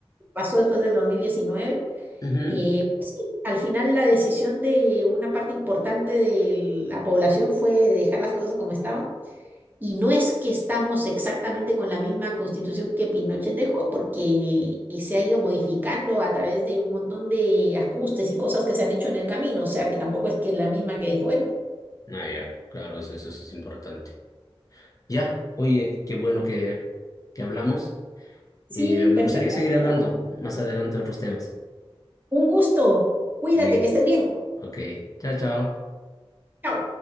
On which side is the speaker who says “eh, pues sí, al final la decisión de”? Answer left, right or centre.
Right